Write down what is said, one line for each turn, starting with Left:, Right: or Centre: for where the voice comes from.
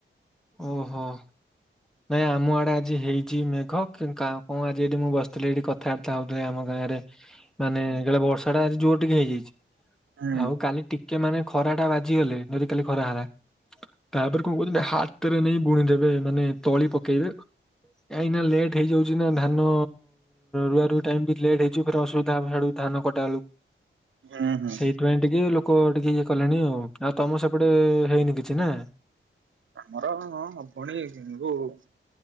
Centre: ଓହୋ। ନାଇଁ ଆମ ଆଡେ ଆଜି ହେଇଛି ମେଘ କଣ ଆଜି ଏଠି ମୁଁ ବସିଥିଲି ଏଠି କଥାବାର୍ତ୍ତା ହଉଥିଲି ଆମ ଗାଁ ରେ। ମାନେ କାଳେ ବର୍ଷା ଟା ଆଜି ଜୋର ଟିକେ ହେଇଯାଇଛି
Right: ହୁଁ
Centre: ଆଉ କାଲି ଟିକେ ଟିକେ ମାନେ ଖରା ଟା ବାଜିଗଲେ ଯଦି କାଲି ଖରା ହେଲା। ତାପରେ କଣ କହୁଛନ୍ତି ହାତରେ ନେଇ ବୁଣିଦେବେ ମାନେ ତଳି ପକେଇବେ। କାଇଁ ନାଁ ଲେଟ୍ ହେଇଯାଉଛି ନା ଧାନ ରୁଆ ରୁଇ ଟାଇମ୍ ବି ଲେଟ୍ ହେଇଯିବଫେରେ ଅସୁବିଧା ହବ ହେଆଡୁ। ଧାନ କଟା ବେଳକୁ।
Right: ହୁଁ ହୁଁ।
Centre: ସେଥିପାଇଁ ଟିକେ ଲୋକ ଟିକେ ଇଏ କଲେଣି ଆଉ। ଆଉ ତମ ସେପଟେ ହେଇନି କିଛି ନାଁ?
Right: ଆମର ହଁ ହବଣୀ, <unintelligible>